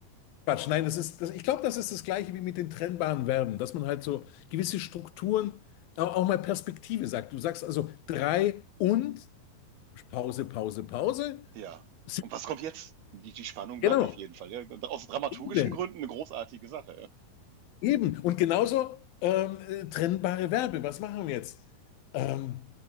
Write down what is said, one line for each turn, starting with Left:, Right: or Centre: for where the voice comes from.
Left: Quatsch, nein, das ist, das, ich glaube, das ist das Gleiche wie mit den trennbaren Verben, dass man halt so gewisse Strukturen, auch, auch mal Perspektive sagt. Du sagst also drei und Pause, Pause, Pause,
Right: ja.
Left: sind
Right: Und was kommt jetzt? Die, die Spannung
Left: Genau,
Right: bleibt auf jeden Fall. Ja. Und Aus dramaturgischen
Left: eben,
Right: Gründen eine großartige Sache.
Left: eben. Und genauso ähm, äh, trennbare Verben. Was machen wir jetzt? Ähm,